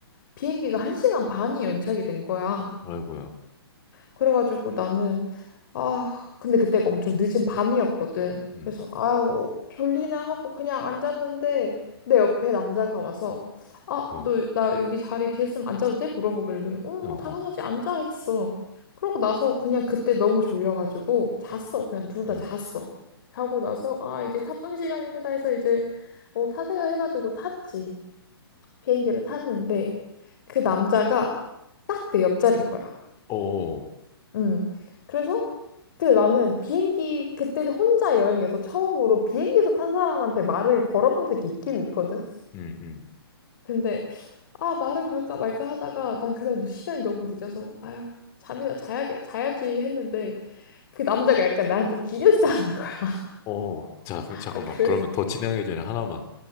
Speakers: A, on the left; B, on the left.
A: 비행기가 한 시간 반이 연착이 된 거야.
B: 아이고야,
A: 그래가지고 나는 아, 근데 그때가 엄청 늦은 밤이었거든.
B: 음,
A: 그래서, 아유, 졸리네 하고 그냥 앉았는데, 내 옆에 남자가 와서, 아,
B: 어,
A: 너, 나 여기 자리 비었으면 앉아도 돼? 물어보길래, 응,
B: 어,
A: 당연하지,
B: 어,
A: 앉아 했어. 그러고 나서 그냥 그때 너무 졸려가지고, 잤어. 그냥 둘 다
B: 음,
A: 잤어. 자고 나서, 아, 이제 탑승 시간입니다 해서 이제, 어, 타세요 해가지고 탔지. 비행기를 탔는데, 그 남자가 딱 내 옆자리인 거야.
B: 어,
A: 음. 그래서 그때 나는 비행기 그때 혼자 여행해서 처음으로 비행기에서 탄 사람한테 말을 걸어본 적이 있긴 있거든.
B: 음, 음,
A: 근데 아 말을 걸까 말까 하다가 난 그날 너- 시간이 너무 늦어서 아유 잠이나 자야겠 자야지 했는데 그 남자가 약간 나한테 기대서 자는 거야. <laughs>
B: 어. 자, 그럼 잠깐만.
A: 아 그래서
B: 그러면 더 진행하기 전에 하나만.